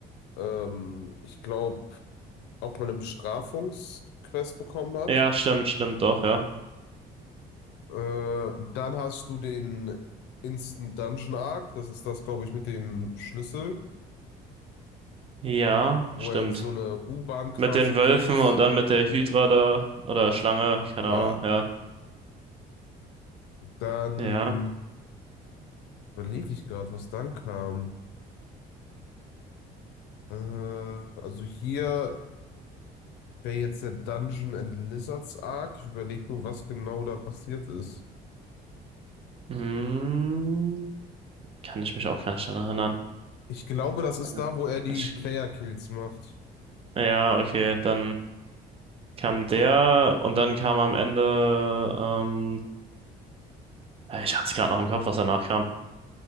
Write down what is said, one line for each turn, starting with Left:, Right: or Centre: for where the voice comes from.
Left: ähm, ich glaube, auch mal eine Bestrafungsquest bekommen hat.
Right: Ja, stimmt, stimmt doch, ja.
Left: Äh, dann hast du den Instant Dungeon Arc, das ist das, glaube ich, mit dem Schlüssel,
Right: Ja,
Left: wo
Right: stimmt.
Left: er in so eine U-Bahn quasi
Right: Mit den
Left: geht.
Right: Wölfen und dann mit der Hydra da oder Schlange, keine
Left: Ja,
Right: Ahnung, ja.
Left: dann
Right: Ja.
Left: überlege ich gerade, was dann kam. Äh, also hier wäre jetzt der Dungeon and Lizards Arc. Ich überlege nur, was genau da passiert ist.
Right: Hm, kann ich mich auch gar nicht dran erinnern.
Left: Ich glaube, das ist
Right: Ja.
Left: da, wo er die
Right: Ich
Left: Player-Kills macht.
Right: Ja, okay, dann kam der und dann kam am Ende, ähm, ja, ich hatte es gerade noch im Kopf, was danach kam.